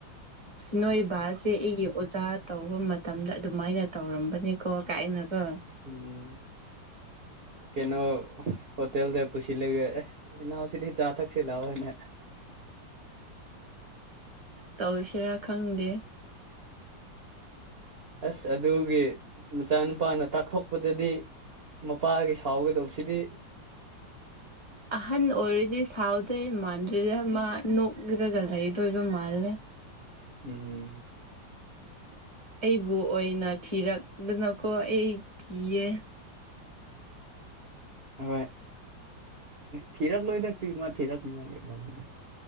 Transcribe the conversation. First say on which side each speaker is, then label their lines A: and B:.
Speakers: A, on the right (about 20°); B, on the right (about 45°).
A: ꯁꯦ ꯅꯣꯏꯕꯁꯦ ꯑꯩꯒꯤ ꯑꯣꯖꯥ ꯇꯧꯕ ꯃꯇꯝꯗ ꯑꯗꯨꯃꯥꯏꯅ ꯇꯧꯔꯝꯕꯅꯤꯀꯣ ꯀꯥꯏꯅꯒꯣ
B: ꯎꯝ ꯀꯩꯅꯣ ꯍꯣꯇꯦꯜꯗ ꯄꯨꯁꯤꯜꯂꯒ ꯑꯁ ꯏꯅꯥꯎꯁꯤꯗꯤ ꯆꯥ ꯊꯛ ꯊꯛꯁꯦ ꯂꯥꯛꯑꯣꯅ
A: ꯇꯧꯁꯤꯔꯥ ꯈꯪꯗꯦ
B: ꯑꯁ ꯑꯗꯨꯒꯤ ꯃꯆꯥꯅꯨꯄꯥꯅ ꯇꯥꯛꯊꯣꯛ ꯑꯗꯗꯤ ꯃꯄꯥꯒꯤ ꯁꯥꯎꯒꯗꯕꯁꯤꯗꯤ
A: ꯑꯍꯟ ꯑꯣꯏꯔꯗꯤ ꯁꯥꯎꯗꯣꯏ ꯃꯥꯟꯗ꯭ꯔꯤꯗ ꯃꯥ ꯅꯣꯛ꯭ꯔꯒ ꯂꯩꯗꯣꯏꯕ ꯃꯥꯜꯂꯦ
B: ꯎꯝ
A: ꯑꯩꯕꯨ ꯑꯣꯏꯅ ꯊꯤꯔꯛꯗꯅꯀꯣ ꯑꯩ ꯀꯤꯌꯦ
B: ꯍꯣꯏ ꯊꯤꯔꯛꯂꯣꯏꯗ ꯀ꯭ꯔꯤꯃ ꯊꯤꯔꯛꯅꯤꯡꯉꯥꯏꯂꯩꯕꯣ